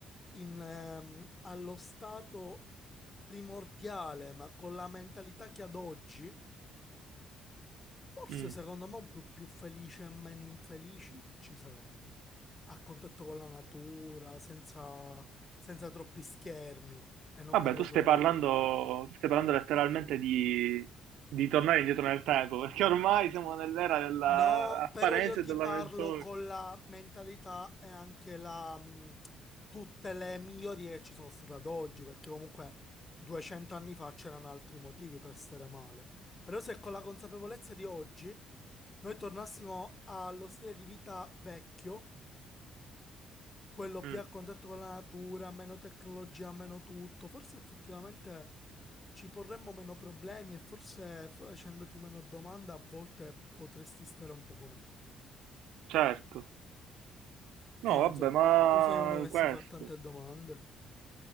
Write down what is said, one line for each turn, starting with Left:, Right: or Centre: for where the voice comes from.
Left: in, ehm, allo stato primordiale, ma con la mentalità che ad oggi, forse
Right: Mm.
Left: secondo me un po' più felici e meno infelici ci saremmo. A contatto con la natura, senza, senza troppi schermi. E non
Right: Vabbè,
Left: parlo
Right: tu stai
Left: solo...
Right: parlando, tu stai parlando letteralmente di, di tornare indietro nel tempo, perché ormai siamo nell'era dell'apparenza
Left: No, però io ti
Right: e della
Left: parlo
Right: menzogna.
Left: con la mentalità e anche la, mh, tutte le migliorie che ci sono state ad oggi, perché comunque 200 anni fa c'erano altri motivi per stare male. Però se con la consapevolezza di oggi noi tornassimo allo stile di vita vecchio, quello più
Right: Mm,
Left: a contatto con la natura, meno tecnologia, meno tutto, forse effettivamente ci porremmo meno problemi e forse facendoti meno domande a volte potresti stare un poco meglio.
Right: certo. No,
Left: Io non
Right: vabbè,
Left: so,
Right: ma
Left: tu sei uno che si
Right: questo.
Left: fa tante domande.